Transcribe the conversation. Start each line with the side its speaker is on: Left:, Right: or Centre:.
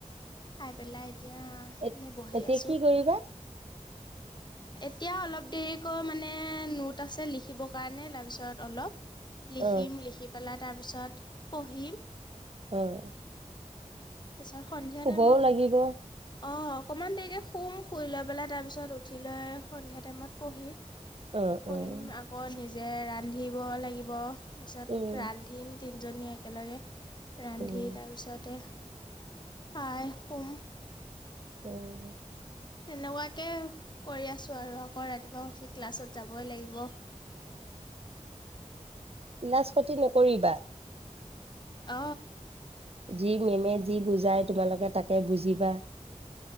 Left: খাই পেলাই এতিয়া
Right: এ-
Left: এনেই বহি
Right: এতিয়া
Left: আছো।
Right: কি কৰিবা
Left: এতিয়া অলপ দেৰিকৈ মানে নোট আছে লিখিবৰ কাৰণে তাৰপিছত অলপ লিখিম
Right: অ
Left: লিখি পেলাই তাৰ পিছ তাত পঢ়িম।
Right: অ।
Left: তাৰ পিছত সন্ধিয়াত
Right: ব লাগিব
Left: অ অকণমান দেৰিকৈ শুম শুই লৈ পেলাই তাৰপিছত উঠি লৈ সন্ধিয়া টাইমত পঢ়ি
Right: অ
Left: পঢ়িম
Right: অ
Left: আকৌ নিজ যে ৰান্ধিব লাগিব। তাছত
Right: উম
Left: ৰান্ধিম। তিনিজনীয়ে একেলগে ৰান্ধি
Right: উম
Left: তাৰপিছতে সাই সোম
Right: উম।
Left: তেনেকুৱাকে কৰি আছোঁ আৰু আকৌ ৰাতিপুৱা উঠি ক্লাছত যাবই লাগিব।
Right: ক্লাছত ক্ষতি নকৰিবা
Left: অ,
Right: যি মেমে যি বুজাই তোমালোকে তাকে বুজিবা